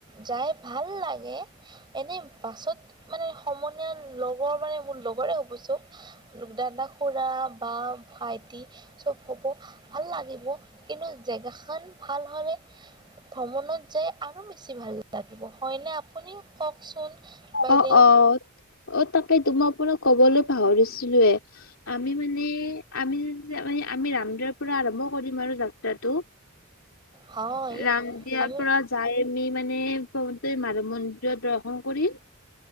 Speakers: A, on the right (about 20°); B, on the left (about 80°).
A: যাই ভাল লাগে এনে। পাছত মানে সময়। <unintelligible> লগৰ মানে মোৰ লগৰে হ'ব চব দাদা খুৰা বা ভাইটি চব হ'ব ভাল লাগিব কিন্তু জেগা খ ভাল হ'লে ভ্ৰমণত যোয় <unintelligible> আৰু বেছি ভাল লাগিব হয়নে আপুনি কওকচোন। বাইদেউ
B: অ -অ -অ তাকেইতো মই আপোনাক। কবলৈ পাহৰিছিলোয়ে আমি মানে আমি যে <unintelligible> মানে <unintelligible> আমি ৰামদউৰ পৰা আৰম্ভ কৰিম আৰু যাত্ৰাটো।
A: হয়
B: ৰাম দিয়াৰ
A: আমি
B: পৰা যাই আমি মানে ভগ <unintelligible> মাৰ <unintelligible> মন্দ <unintelligible> দৰ্শন কৰিল